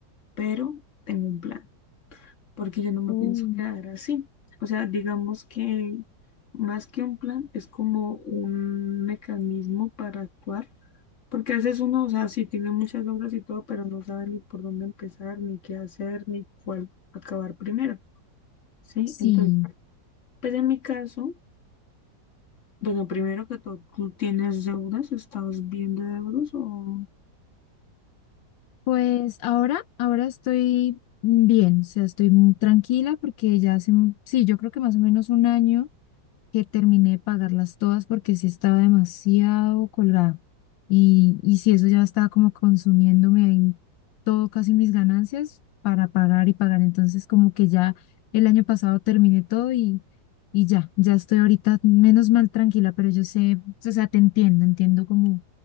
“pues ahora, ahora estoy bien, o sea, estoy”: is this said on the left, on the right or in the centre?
Left